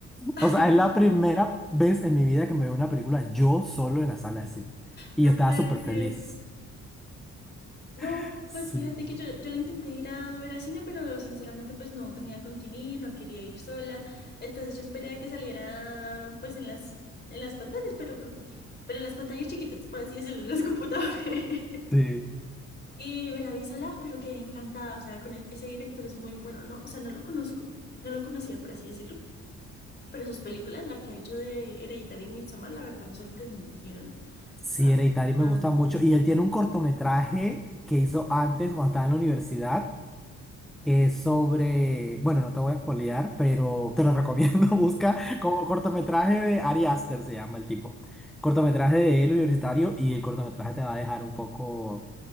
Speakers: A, on the left; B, in the centre.
A: <laughs>
B: O sea,
A: No,
B: es la primera vez en mi vida que me veo una película yo solo en la sala de cine. Y
A: no
B: yo estaba
A: puede
B: súper
A: ser.
B: feliz.
A: No,
B: <laughs> Sí,
A: pues fíjate que yo, yo la intenté ir a ver a cine, pero sinceramente pues no tenía con quién ir, no quería ir sola. Entonces yo esperé a que saliera pues en las, en las pantallas, pero, pero en las pantallas chiquitas, por así decirlo, en los computadores. <laughs>
B: sí.
A: Y me la vi sola, pero quedé encantada. O sea, con e- ese director es muy bueno. No, o sea, no lo conozco, no lo conocía, por así decirlo. Pero sus películas, la que ha hecho de Hereditary y Midsommar, la verdad me sorprendieron
B: Sí,
A: bastante.
B: Hereditary me gusta mucho. Y él tiene un cortometraje que hizo antes cuando estaba en la universidad que es sobre, bueno, no te voy a spoilear, pero te lo recomiendo, <laughs> busca como cortometraje de Ari Aster, se llama el tipo. Cortometraje de él universitario y el cortometraje te va a dejar un poco